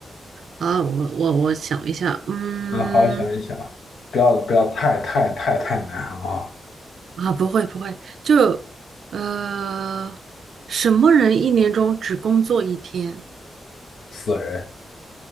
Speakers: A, on the right; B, on the left.
A: 啊，我我我想一下，嗯，
B: 嗯，好好想一想，不要不要太太太太难，好不好？
A: 啊，不会不会，就呃，什么人一年中只工作一天
B: 死人，